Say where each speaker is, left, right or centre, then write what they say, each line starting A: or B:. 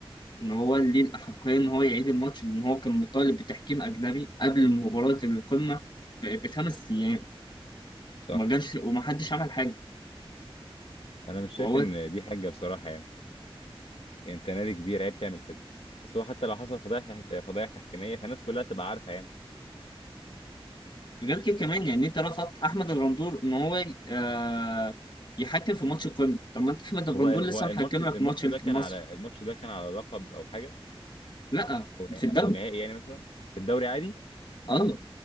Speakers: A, on the left; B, on the left.
A: ان هو ليه الاحقيه ان هو يعيد الماتش لان هو كان مطالب بتحكيم اجنبي قبل مباراه القمه ب- بخمس ايام
B: صح
A: وما جاش وما حدش عمل حاجه
B: انا مش شايف
A: وهو
B: ان دي حاجه بصراحه يعني يعني انت نادي كبير عيب تعمل كده اصل هو حتى لو حصل فضايح فضايح تحكيميه فالناس كلها تبقى عارفه يعني
A: غير كده كمان يعني انت رفضت احمد الغندور ان هو ي- آه يحكم في ماتش القمه طب ما انت احمد الغندور
B: هو هو
A: لسه
B: الماتش
A: محكم
B: الماتش
A: لك ماتش
B: ده
A: في
B: كان
A: مصر
B: على الماتش ده كان على لقب او حاجه
A: لا
B: او
A: في الدوري
B: او نهائي يعني مثلا في الدوري عادي
A: اه